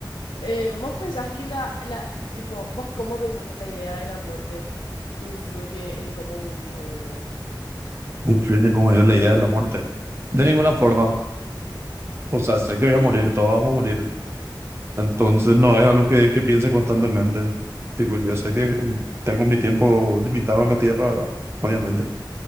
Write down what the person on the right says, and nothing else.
influye como yo la idea de la muerte. De ninguna forma. O sea, sé que voy
a morir, todos vamos a morir. Entonces, no es algo que, que piense constantemente. Tipo, yo sé que tengo mi tiempo limitado en la tierra, ¿verdad? Obviamente.